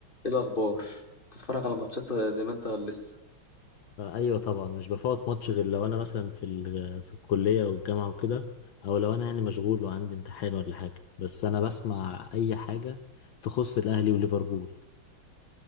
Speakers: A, on the left (about 25°); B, on the left (about 70°).
A: ايه الاخبار بتتفرج على ماتشات زي ما انت ولا لسه
B: آه، ايوه طبعا مش بفوت ماتش غير لو انا مثلا في ال- في الكليه او الجامعه وكده او لو انا يعني مشغول وعندي امتحان ولا حاجه بس انا بسمع اي حاجه تخص الاهلي وليفربول